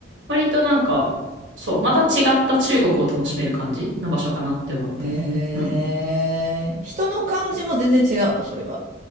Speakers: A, on the right; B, on the right.
A: 割となんか、そう、また違った中国を楽しめる感じの場所かなって思った。
B: へえ人の感じも全然違うの、
A: うん
B: それは。